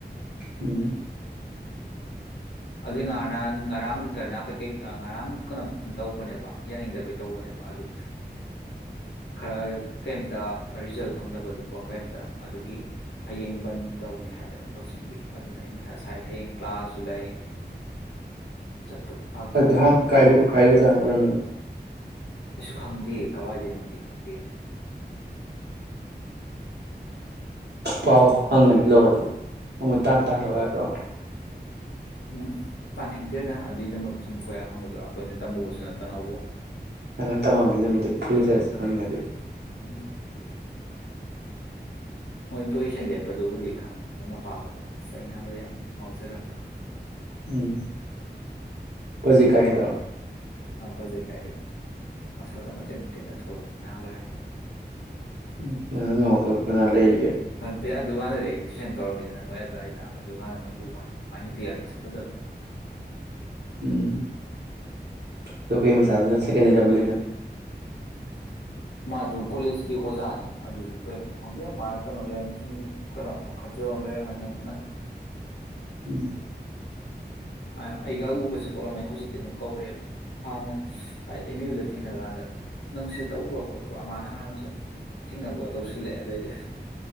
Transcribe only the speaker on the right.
ꯎꯝ
ꯑꯗꯨ ꯍꯥꯟ ꯀꯥꯏꯗ ꯀꯥꯏꯗ ꯖꯥ ꯑꯣꯏꯔꯝꯕꯅꯣ
ꯄꯥꯎ ꯍꯪꯉꯅꯤ ꯂꯧꯔꯗꯤ ꯑꯃꯨꯛ
ꯇꯥꯟ ꯇꯥꯥꯟꯂꯒꯦꯔꯣ
ꯅꯪ ꯇꯃꯕꯅ ꯃꯤꯗꯤ ꯐꯨꯜ ꯆꯁ ꯈꯪꯅꯤꯡꯉꯗꯤ <inaudible>
ꯎꯝ ꯄ꯭ꯔꯣꯖꯦꯛꯀꯥꯏꯒꯤꯗꯣ
ꯎꯝ ꯑꯗꯨ ꯉꯗ ꯅ ꯂꯩ ꯑꯩꯒꯦ
ꯎꯝ ꯑꯗꯨ ꯀꯩ ꯃꯁꯥꯗꯨ ꯅ ꯁꯦꯀꯦꯟ ꯏꯌꯥ꯭ꯔ ꯇꯝꯍꯜ ꯂꯤꯅꯣ
ꯎꯝ